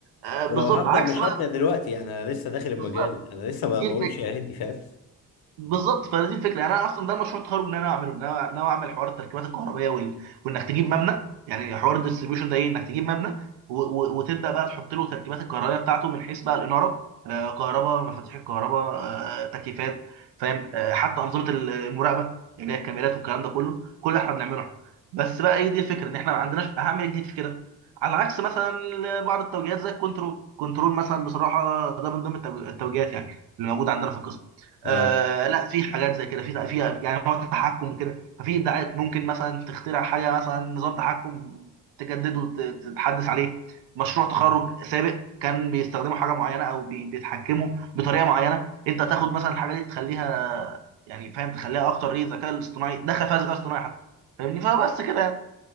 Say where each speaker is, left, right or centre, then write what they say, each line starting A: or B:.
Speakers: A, on the right (about 80°); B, on the left (about 60°).
A: آه،
B: ولو
A: بالظبط
B: هبدأ
A: عكس
B: مش
A: بقى
B: هبدأ دلوقتي انا لسه داخل المجال
A: بالظبط
B: انا لسه ما
A: دي
B: ما
A: الفكره
B: قلتش يا هادي فاهم
A: بالظبط فدي الفكره يعني انا اصلا ده مشروع تخرج ان انا اعمله ان انا ناوي اعمل حوار التركيبات الكهربائيه وال... وانك تجيب مبنى يعني حوار الديستريبيوشن ده ايه انك تجيب مبنى و... و... وتبدا بقى تحط له تركيبات الكهربائيه بتاعته من حيث بقى الاناره آه كهرباء مفاتيح الكهرباء آه تكييفات فاهم آه حتى انظمه المراقبه اللي هي الكاميرات والكلام ده كله كل اللي احنا بنعمله احنا بس بقى ايه دي الفكره ان احنا ما عندناش اهم حاجه جديد في كده على عكس مثلا بعض التوجيهات زي الكنترول كنترول مثلا بصراحه ده من ضمن التوجيهات يعني اللي موجوده عندنا في القسم
B: اه
A: آه لا في حاجات زي كده في في يعني هو تحكم وكده ففي ابداعات ممكن مثلا تخترع حاجه مثلا نظام تحكم تجدده وت- تتحدث عليه مشروع تخرج سابق كان بيستخدموا حاجه معينه او بي- بيتحكموا بطريقه معينه انت تاخد مثلا الحاجه دي تخليها يعني فاهم تخليها اكتر ايه ذكاء الاصطناعي دخل فيها ذكاء اصطناعي حتى فاهمني فبس كده يعني